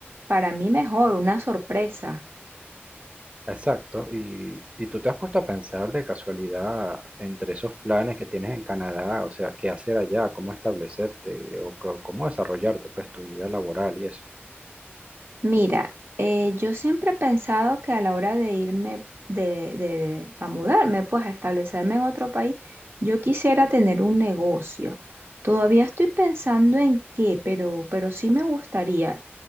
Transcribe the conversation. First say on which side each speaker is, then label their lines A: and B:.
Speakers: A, on the right; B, on the right.
A: para mí mejor, una sorpresa.
B: Exacto. Y, y tú te has puesto a pensar de casualidad entre esos planes que tienes en Canadá, o sea, qué hacer allá, cómo establecerte o co- cómo desarrollarte, pues tu vida laboral y eso.
A: Mira, eh, yo siempre he pensado que a la hora de irme de, de- a mudarme, pues a establecerme en otro país, yo quisiera tener un negocio. Todavía estoy pensando en qué, pero, pero sí me gustaría.